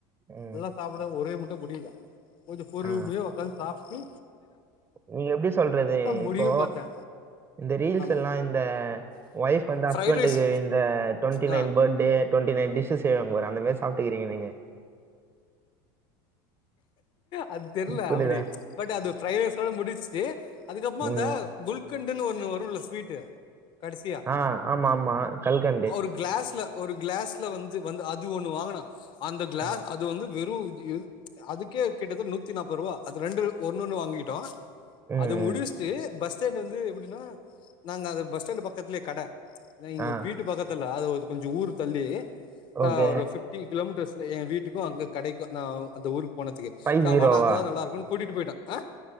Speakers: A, on the right; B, on the left.
A: ம்
B: எல்லாம் சாப்பிட ஒரே முட் முடில கொஞ்சம் பொறுமையா
A: ஆ
B: உக்காந்து சாப் வி
A: நீங்க எப்படி சொல்றது
B: முடியு
A: இப்போ
B: பாத்தே
A: இந்த ரீல்ஸ்
B: ஆமா
A: எல்லாம் இந்த வைஃப் வந்தா
B: ஃப்ரைட்
A: ஃப்ரெண்ட்டுக்கு
B: ரைஸ்
A: இந்த டுவெண்டி
B: ஆ
A: nine birthday twenty nine dish செய்வாங்க அந்த மாதிரி சாப்பிட்டுருக்கீங்க நீங்க
B: அது தெரியல
A: புரியுதா
B: அப்படி பட் அது ஃபிரைட் ரைஸோட முடிச்சிட்டு அதுக்கப்புறம்
A: ம்
B: அந்த குல்கண்ட இன்னும் ஒண்ணு வரும்ல ஸ்வீட்டு கடைசியா
A: ஆ ஆமா ஆமா கல்கண்டு
B: ஒரு கிளாஸ்ல ஒரு கிளாஸ்ல வந்து வந்து அது ஒண்ணு வாங்கினா அந்த கிளாஸ்
A: ஆ
B: அது வந்து வெறும் <unintelligible> அதுக்கே கிட்டத்தட்ட நூத்தி நாற்பது ரூபா அது ரெண்டு ஒன்னு ஒன்னு வாங்கிட்டோம்
A: ம்
B: அது
A: ம்.
B: முடிச்சிட்டு பஸ் ஸ்டா வந்து எப்படினா நாங்க அந்த பஸ் ஸ்டாண்டு் பக்கத்திலயே கட நான் இங்க
A: ஆ
B: வீட்டு பக்கத்துல் அதாவது கொஞ்சம் ஊரு தள்ளி
A: ஓகே
B: ஆஹ் ஒரு ஃபிப்டி கிலோமீட்டர்ஸ் எ வீட்டுக்கும் அங்க கடைக்கும் நான் அந்த ஒரு போனதுக்கு
A: ஃபைவ் ஜீரோவா
B: வட அங்கதான் நல்ல இருக்கும்ன் கூட்டிட்டு போய்ட்டா அஹ்